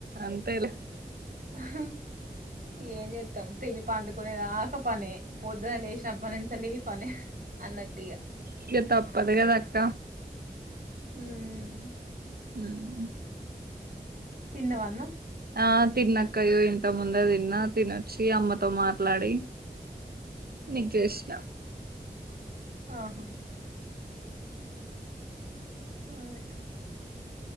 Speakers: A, on the right; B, on the right.
A: అంతేలే
B: అహా ఏం చె మం తిని పండుకునేదాకా పనే పొద్దున లేచినప్పటినుంచి సలి పనే అన్నట్
A: ఇగ తప్పదు కదాక్క
B: ఊమ్
A: ఉహు
B: తిన్నవ అను
A: ఆ తిన్నక్కయో ఇంత ముందే తిన్నా తినొచ్చి అమ్మతో మాట్లాడి నీకిజేష్ణ
B: అహ అదే.